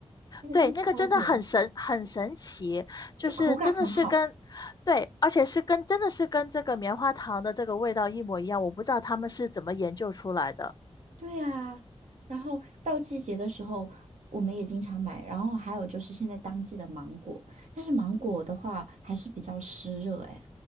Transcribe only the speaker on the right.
那个真的超甜，
就口感很好。
对啊，然后到季节的时候，我们也经常买。然后还有就是现在当季的芒果，但是芒果的话还是比较湿热哎。